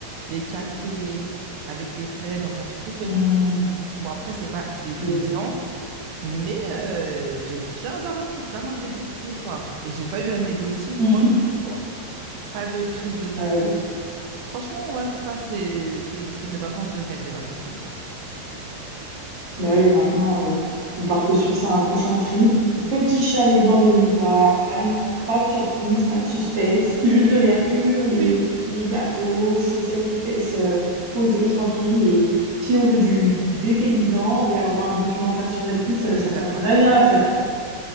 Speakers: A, on the right; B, on the right.
A: les cafés, avec des plaids, enfin, tu kiffes le
B: Mmh,
A: moment. hein. Bon, après, c'est pas des paysans,
B: de ouf.
A: mais euh, j'ai bien dormi comme un bébé tous les soirs. Et j'ai pas eu à négocier quoi
B: <laughs>
A: que ce soit. Pas de crise de panique,
B: Ah oui.
A: Franchement, ouais, ça, c'est c'est c'est mes vacances de rêve, des vacances comme ça.
B: Ben oui, maintenant, euh, on part que sur ça, un prochain trip.
A: Ah,
B: Petit
A: c'est clair.
B: chalet dans les montagnes, pas de surprise, pas de suspense, <laughs> juste de l'air pur, des,
A: Oui,
B: des gâteaux, chaussettes épaisses, euh, posées, tranquilles. Et si on veut du dépaysant, on regardera un documentaire sur Netflix, euh,
A: on
B: ça,
A: est d'accord.
B: fera très bien l'affaire.